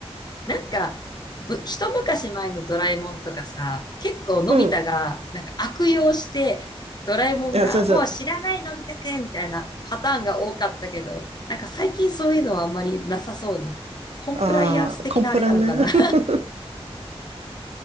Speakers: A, on the left; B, on the right.
A: なんか、ぶ一昔前のドラえもんとかさ、結構のび太がなんか悪用して、
B: うん。
A: ドラえもんがもう知らないのび太くんみたいなパターンが多かったけど、
B: いや、そうそう。
A: なんか最近そういうのはあんまりなさそうな。コンプライアンス的なあれなのかな。
B: Ah, c o m p r a r <laughs>
A: <laughs>